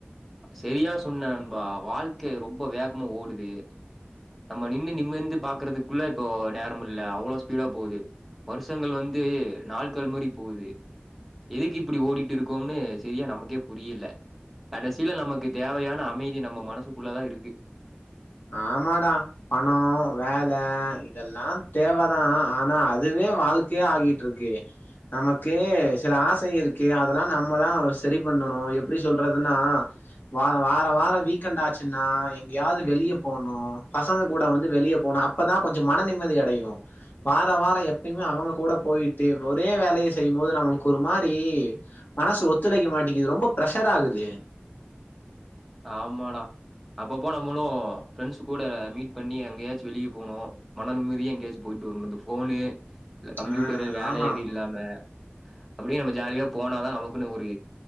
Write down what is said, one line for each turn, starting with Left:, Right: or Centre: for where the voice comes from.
Centre: சரியா சொன்ன நண்பா வாழ்க்க ரொம்ப வேகமா ஓடுது நம்ம நின்னு நிமிந்து பாக்குறதுக்குள்ள இப்போ நேரமில்ல அவ்ளோ ஸ்பீடா போது வருஷங்கள் வந்து நாள்கள் மாரி போது எதுக்கு இப்டி ஓடிட்டு இருக்கோம்னு சரியா நமக்கே புரியில கடைசில நமக்கு தேவையான அமைதி நம்ம மனசுக்குள்ளதா இருக்கு
Left: ஆமாடா பணொ வேல இதெல்லா தேவதா ஆனா அதுவே வாழ்க்கையா ஆகிட்ருக்கு நமக்கு சில ஆசை இருக்கு அதெல்லா நம்மதா சரி பண்ணனு எப்டி சொல்றதுன்னா வா வார வார வீக்கெண்ட் ஆச்சுன்னா எங்யாது வெளிய போனு பசங்க கூட வந்து வெளிய போனு அப்பதா கொஞ்ச மன நிம்மதி அடையு வார வார எப்பய்மே அவுங்க கூட போயிட்டு ஒரே வேலைய செய்யும்மோது நம்மளுக்கு ஒரு மாரி மனசு ஒத்துழைக்க மாட்டிங்குது ரொம்ப பிரஷர் ஆகுது
Centre: ஆமாடா அப்பப்போ நம்மளு ஃப்ரெண்ட்ஸுக் கூட மீட் பண்ணி எங்கயாச்சு வெளிய போனு மன நிம்மதியா எங்யாச்சு போய்ட்டு வர்னு இந்த ஃபோனு இந்த கம்ப்யூட்டரு
Left: ஆ
Centre: வேல
Left: ஆமா
Centre: எது
Left: ஆமா
Centre: இல்லாம அப்டியே நம்ம ஜாலியா போனாதா நமக்குன்னு ஒரு